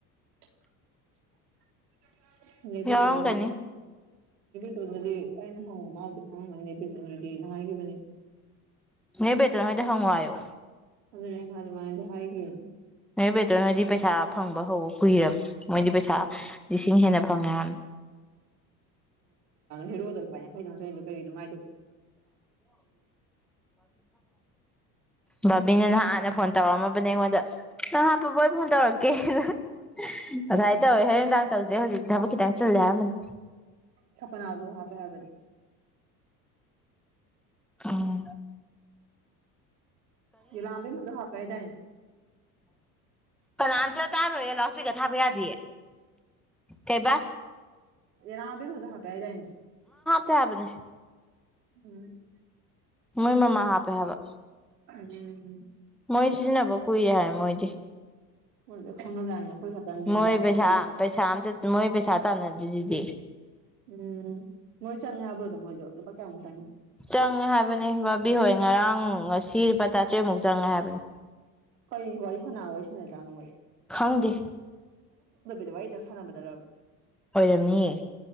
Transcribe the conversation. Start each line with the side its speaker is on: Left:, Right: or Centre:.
Right: <unintelligible> <unintelligible> ꯃꯤꯕ
Centre: ꯌꯥꯎꯔꯝꯒꯅꯤ
Right: ꯇꯗꯕ ꯇꯗꯗꯤꯩꯅ <unintelligible> ꯍ ꯃꯥꯁꯨ ꯐꯪꯉꯅꯤꯅꯦ <unintelligible> ꯍꯥꯏꯦꯕꯅꯤ
Centre: ꯅꯦ ꯕꯦꯇꯣꯜ ꯍꯣꯏꯗ ꯍꯪꯉꯣ ꯍꯥꯏꯌꯣ
Right: ꯑꯗꯨꯅꯦ ꯑꯩꯅ ꯍꯥꯏꯖ <unintelligible>
Centre: ꯅꯣꯏꯕꯦꯗ꯭ꯔꯣ ꯅꯣꯏꯗꯤ ꯄꯩꯁꯥ ꯐꯪꯕ ꯍꯧꯕ ꯀꯨꯏꯔꯕ ꯃꯣꯏꯗꯤ ꯄꯩꯁꯥ ꯂꯤꯁꯤꯡ ꯍꯦꯟꯅ ꯐꯪꯉꯦ ꯍꯥꯏꯕꯅꯦ
Right: ꯍꯦꯔꯣꯗ ꯂꯨꯄ ꯌꯥꯡꯈꯩ ꯗꯪ ꯆꯪꯉꯤꯗꯣ ꯀꯩꯒꯤꯅꯣ ꯃꯥꯏ
Centre: ꯁ <inaudible> ꯕꯤꯅ ꯅꯍꯥꯟꯅ ꯐꯣꯟ ꯇꯧꯔꯛꯝꯃꯕꯅꯦ ꯑꯩꯉꯣꯟꯗ ꯅꯪ ꯍꯥꯞꯄꯕꯣ ꯐꯣꯟ ꯇꯧꯔꯛꯀꯦꯅ ꯉꯁꯥꯏ ꯇꯧꯋꯦ ꯍꯣꯔ ꯅꯨꯡꯗꯥꯥꯡ ꯇꯧꯁꯦ ꯍꯧꯖꯤꯛꯇ ꯊꯕꯛ ꯈꯤꯇ ꯆꯤꯜꯂꯦ ꯍꯥꯏꯔꯝꯕꯅꯤ
Right: ꯈꯄꯅꯖꯣ <unintelligible> ꯍꯥꯄꯦ ꯍꯥꯏꯕꯅꯦ
Centre: ꯑꯥ
Right: ꯌꯦꯂꯕꯦꯝ ꯃꯖ ꯍꯥꯀꯥꯏꯗꯅꯦ
Centre: ꯀꯅꯥꯥꯟꯇ ꯇꯥꯔꯌꯦ ꯂꯣꯁꯄꯤꯒ ꯊꯥꯕ ꯌꯥꯗꯌꯦ ꯀꯩꯕꯥ
Right: ꯅꯥꯕꯤ ꯃꯖꯥ ꯄꯦ ꯍꯥꯏꯗꯅꯦ
Centre: ꯆꯥꯕꯅꯦ
Right: ꯎꯝ
Centre: ꯃꯣꯏ ꯃꯃꯥ ꯍꯥꯄꯦ ꯍꯥꯏꯕ
Right: ꯎꯝ
Centre: ꯃꯣꯏ ꯁꯤꯖꯤꯅꯕ ꯀꯨꯏꯍꯦ ꯃꯣꯏꯗꯤ
Right: ꯃꯣꯏ ꯂꯣꯏ ꯈꯪꯉꯖꯥꯠꯅꯤ ꯑꯩꯈꯣꯏ ꯈꯛꯇꯅꯦ
Centre: ꯃꯣꯏ
Right: ꯂꯥꯁꯇ
Centre: ꯄꯩꯁꯥ
Right: ꯇꯧꯔꯤꯁꯦ
Centre: ꯄꯁꯥꯗ ꯃꯣꯍꯤ ꯄꯁꯥ ꯊꯥꯟꯗꯤ
Right: ꯎꯝ ꯃꯣꯏ ꯆꯪꯦ ꯍꯥꯏꯕ꯭ꯔꯗ ꯃꯣꯏ ꯂꯨꯄꯥ ꯀꯌꯥꯨꯁ
Centre: ꯆꯪꯉꯦ ꯍꯥꯏꯕꯅꯤ ꯕꯥꯕꯤꯍꯣꯏ ꯉꯔꯥꯡ ꯉꯁꯤ ꯂꯨꯄꯥ ꯆꯥꯇꯔꯦꯠꯃꯨꯛ ꯆꯪꯉꯦ ꯍꯥꯏꯕꯅꯤ
Right: ꯀꯣꯏ ꯏ ꯋꯥꯂꯤ ꯐꯅꯋꯥꯏꯁ ꯅ ꯇ ꯃꯣꯏ
Centre: ꯈꯥꯎꯒꯦ
Right: ꯑꯗꯨ ꯋꯥꯔꯤꯇꯛ ꯁꯥꯟꯅꯗꯕ
Centre: ꯑꯣꯏꯔꯝꯅꯤꯌꯦ